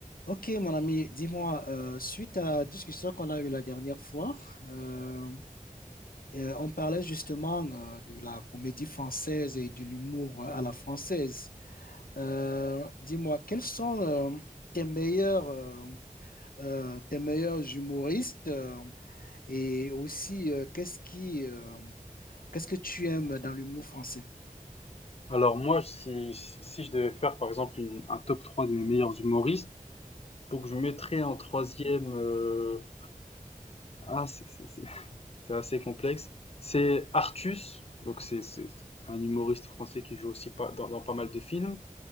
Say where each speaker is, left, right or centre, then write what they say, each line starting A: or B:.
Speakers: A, on the left (about 85°); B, on the left (about 45°).
A: Ok, mon ami, dis-moi, euh, suite à la discussion qu'on a eue la dernière fois, euh, euh, on parlait justement euh, de la comédie française et de l'humour euh, à la française. Euh, dis-moi, quels sont euh, tes meilleurs, euh, euh, tes meilleurs humoristes euh, et aussi euh, qu'est-ce qui, euh, qu'est-ce que tu aimes dans l'humour français?
B: Alors moi, si, si je devais faire par exemple une- un top 3 de mes meilleurs humoristes, donc je mettrais en troisième, euh, ah, c'est c'est- c'est- <laughs> c'est assez complexe, c'est Artus, donc c'est c'est- c'est un humoriste français qui joue aussi pas, dans, dans pas mal de films.